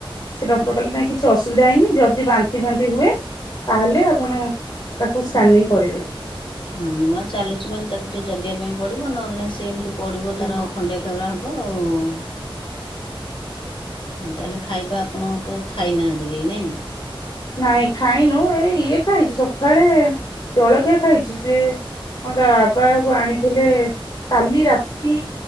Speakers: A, on the left (about 45°); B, on the left (about 65°).
A: ସେ ଡକ୍ଟର କହିଲେ ନାଇଁ କିଛି ଅସୁବିଧା ହେଇନି ଯଦି ବାନ୍ତି ଫାନ୍ତି ହୁଏ ତାହେଲେ ଆପଣ ତାକୁ ସ୍କାନିଂ କରିବେ।
B: ହଁ ନୂଆ ଚାଲୁଚି ମାନେ ତାକୁ ଟିକେ ଜଗେଇବା ପାଇଁ ପଡିବ ନହେଲେ ନାଇଁ ସେ ସେ ଏମିତି ପଡ଼ିବ
A: ହଁ
B: ତାର ଖଣ୍ଡିଆ ଖାବରା ହବ। ଆଉ ତାଲେ ଖାଇବା ଆପଣଙ୍କ ଖାଇନାହାନ୍ତି କେହି ନାହିଁ।
A: ନାଇଁ ଖାଇନୁ ଏଇ ଇଏ ଖାଇଛୁ ସକାଳେ ଜଳଖିଆ ଖାଇଛୁ ସେ କଣ ତା ବାବା ସବୁ ଆଣିଥିଲେ କାଲି ରାତି